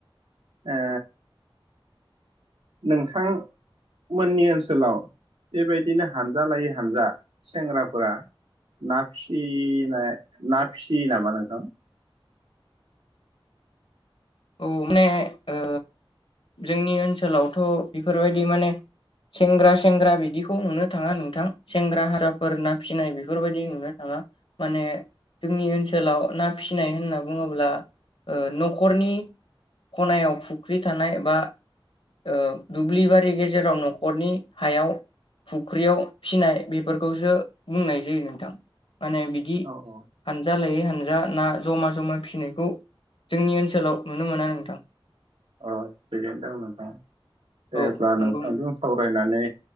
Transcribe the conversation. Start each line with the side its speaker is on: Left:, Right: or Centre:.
Right: ओ नोंथांमोननि ओनसोलाव बेबायदिनो हानजा लायै हानजा सेंग्राफोरा ना फिसिनाय ना फिसियो नामा नोंथां।
Left: औ माने ओ जोंनि ओनसोलावथ' बेफोरबायदि माने सेंग्रा सेंग्रा बिदिखौ नुनो थाङा नोंथां सेंग्रा हानजाफोर ना फिसिनाय बेफोरबायदि नुनो थाङा। माने जोंनि ओनसोलाव ना फिसि फिनाय होनना बुङोब्ला ओ न'खरनि खनायाव फुख्रि थानाय बा ओ‌ दुब्लि बारि गेजे जेराव न'खरनि हायाव फुख्रियाव फिनाय बेफोरखौसो बुंनाय जायो नोंथां। माने बिदि
Right: औ औ
Left: हानजा लायै हानजा ना जमा जमा फिसिनायखौ जोंनि ओनसोलाव नुनो मोनो नोंथां
Right: अ थिगैनो दं नोंथां जेब्ला
Left: औ नंगौ
Right: नोंथांजों
Left: नों
Right: सावराय माने